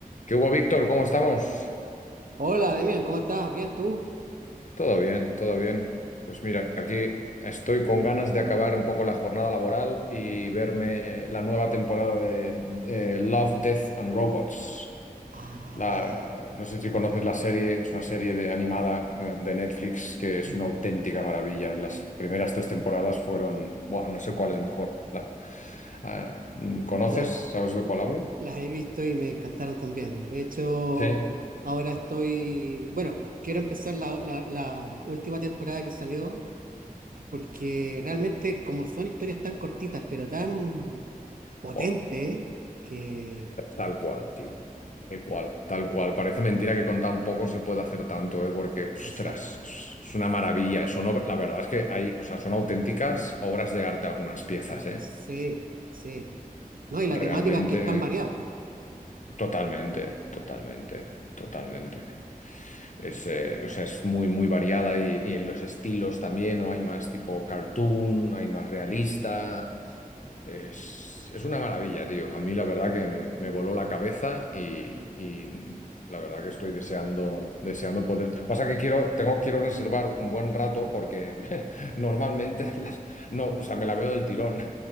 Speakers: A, on the left; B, on the right.
A: ¿Qué hubo, Víctor? ¿Cómo estamos?
B: Hola, Demian, ¿cómo estás? ¿Bien tú?
A: Todo bien, todo bien. Pues mira, aquí estoy con ganas de acabar un poco la jornada laboral y verme la nueva temporada de eh, Love, Death and Robots.
B: Ah,
A: La, no sé si conoces la serie, es una serie de, animada eh, de Netflix que
B: <clears throat>
A: es una auténtica maravilla. Las primeras tres temporadas fueron, buah, no sé cuál es mejor. La- ah, ¿conoces?
B: las,
A: ¿Sabes de cuál hablo?
B: las he visto y me encantaron también. De hecho,
A: Sí.
B: ahora estoy, bueno, quiero empezar la, la- la última temporada que salió, porque realmente como son historias tan cortitas, pero tan potentes,
A: Buah.
B: que...
A: Tal cual, tío. Tal cual, tal cual. Parece mentira que con tan poco se puede hacer tanto, ¿eh? Porque, ostras,
B: Exacto.
A: es es una maravilla. Son, ob- la verdad es que hay, o sea, son auténticas obras de arte algunas piezas, ¿eh?
B: Sí, sí. No, y la
A: Realmente,
B: temática es que es tan variada.
A: totalmente, totalmente, totalmente. Es, eh, o sea, es muy, muy variada y, y los estilos también, ¿no? Hay más tipo cartoon, hay más realista. Es, es una maravilla, tío. A mí la verdad que me, me voló la cabeza y, y la verdad que estoy deseando, deseando poder. Pasa que quiero, tengo, quiero reservar un buen rato porque <laughs> normalmente las- no, o sea, me la veo del tirón.